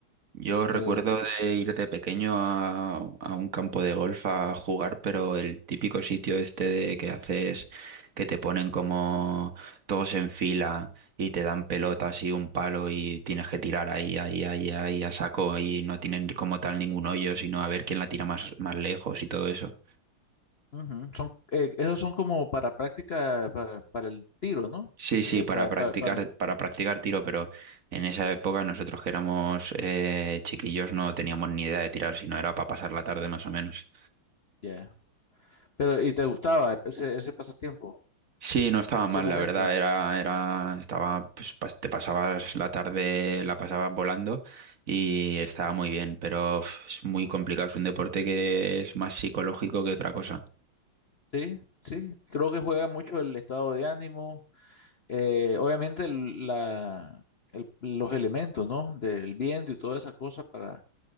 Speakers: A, on the right; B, on the left.
A: Yo recuerdo
B: Eh,
A: de ir de pequeño a, a un campo de golf a jugar, pero el típico sitio este de que haces, que te ponen como todos en fila y te dan pelotas y un palo y tienes que tirar ahí, ahí, ahí, ahí a saco y no tienen como tal ningún hoyo, sino a ver quién la tira más, más lejos y todo eso.
B: ujú, son, eh, esos son como para práctica para, para el tiro, ¿no?
A: Sí, sí,
B: Eh,
A: para
B: para,
A: practicar,
B: para, para,
A: para practicar tiro, pero en esa época nosotros que éramos eh, chiquillos no teníamos ni idea de tirar, sino era para pasar la tarde más o menos.
B: ya. Pero, ¿y te gustaba ese, ese pasatiempo?
A: Sí, no estaba
B: ese
A: mal,
B: momento.
A: la verdad, era, era, estaba, pues pas- te pasabas la tarde, la pasabas volando y estaba muy bien, pero uf, es muy complicado, es un deporte que es más psicológico que otra cosa.
B: Sí, sí, creo que juega mucho el estado de ánimo, eh, obviamente el- la, el- los elementos, ¿no? Del viento y todas esas cosas para,